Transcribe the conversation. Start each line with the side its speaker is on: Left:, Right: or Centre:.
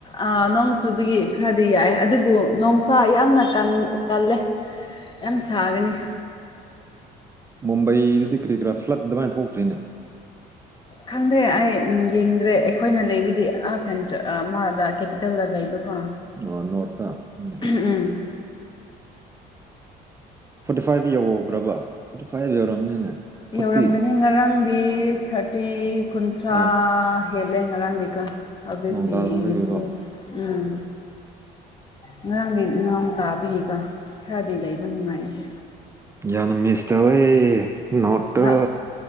Left: ꯑ ꯅꯣꯡ ꯆꯨꯕꯒꯤ ꯈꯔꯗꯤ ꯌꯥꯏ ꯑꯗꯨꯕꯨ ꯅꯣꯡꯁꯥ ꯌꯥꯝꯅ ꯀꯜ ꯀꯜꯂꯦ
Right: <inaudible>
Left: ꯌꯥꯝ ꯁꯥꯒꯅꯤ
Right: ꯃꯨꯝꯕꯩꯗꯗꯤ ꯀꯔꯤ ꯀꯔꯥ ꯐ꯭ꯂꯠ ꯑꯗꯨꯃꯥꯏꯅ ꯊꯣꯛꯇ꯭ꯔꯤꯅꯦ
Left: ꯈꯪꯗꯦ ꯑꯩ ꯎꯝ ꯌꯦꯡꯗ꯭ꯔꯦ ꯑꯩꯈꯣꯏꯅ ꯂꯩꯕꯗꯤ ꯑ ꯁꯦꯟꯇ ꯑ ꯃꯥꯗ ꯀꯦꯄꯤꯇꯦꯜꯗ ꯂꯩꯕꯀꯣ
Right: ꯑꯣ ꯅꯣꯠꯇ ꯎꯝ
Left: ꯎꯝ
Right: ꯐꯣꯔꯇꯤ ꯐꯥꯏꯚ ꯌꯧꯒꯔꯕ ꯐꯣꯔꯇꯤ ꯐꯥꯏꯚ ꯌꯧꯔꯝꯅꯤꯅꯦ ꯐꯣꯔꯇꯤ
Left: ꯌꯧꯔꯝꯒꯅꯤ ꯉꯔꯥꯡꯗꯤ ꯊꯥꯔꯇꯤ ꯀꯨꯟꯊ꯭ꯔꯥ
Right: ꯑꯣ
Left: ꯍꯦꯜꯂꯦ ꯉꯔꯥꯡꯗꯤꯀꯣ ꯍꯧꯖꯤꯛꯇꯤ
Right: ꯅꯣꯡ ꯇꯥꯒꯗꯒꯤꯀꯣ
Left: ꯅꯤꯐꯨ ꯎꯝ ꯉꯔꯥꯡꯗꯤ ꯅ‌ꯣꯡ ꯇꯥꯕꯒꯤꯀꯣ ꯈꯔꯗꯤ ꯂꯩꯕ ꯅꯨꯡꯉꯥꯏꯌꯦ
Right: ꯌꯥꯟꯅ ꯃꯤꯁ ꯇꯧꯌꯦ ꯅꯣꯠꯇ
Left: ꯂꯥꯛ